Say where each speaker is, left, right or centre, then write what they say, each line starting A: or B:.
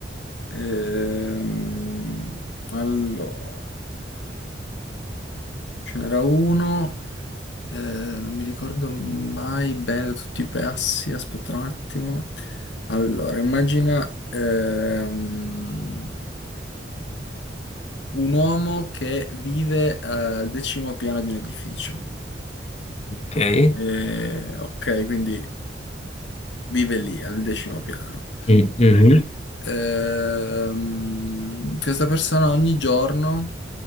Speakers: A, on the left; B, on the left.
A: Ehm, allora, ce n'era uno, eh, non mi ricordo mai bene tutti i passi, aspetta un attimo. Allora, immagina, ehm, Un uomo che vive eh, al decimo piano di un edificio.
B: Ok.
A: Eh, ok, quindi vive lì, al decimo piano.
B: Mm, mhm,
A: Ehm, questa persona ogni giorno